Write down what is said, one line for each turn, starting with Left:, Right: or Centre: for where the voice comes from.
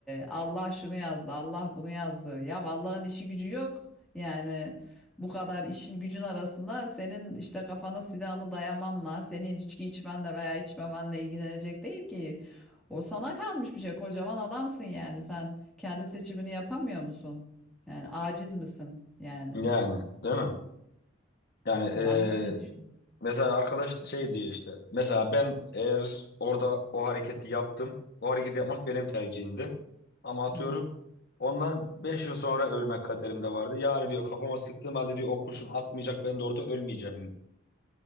Centre: Allah şunu yazdı, Allah bunu yazdı. Ya Allah'ın işi gücü yok. Yani bu kadar işin gücün arasında senin işte kafana silahını dayamanla, senin içki içmenle veya içmemenle ilgilenecek değil ki. O sana kalmış bir şey. Kocaman adamsın yani. Sen kendi seçimini yapamıyor musun? Yani aciz misin yani?
Left: Yani değil mi? Yani eee,
Centre: Ben böyle düşünüyorum.
Left: mesela arkadaş şey diyor işte. Mesela ben eğer orada o hareketi yaptım. O hareketi yapmak benim tercihimdi. Ama atıyorum
Centre: Hı hı.
Left: ondan 5 yıl sonra ölmek kaderimde vardı. Yani diyor kafama sıktığım halde diyor o kurşun atmayacak ben de orada ölmeyeceğim mi?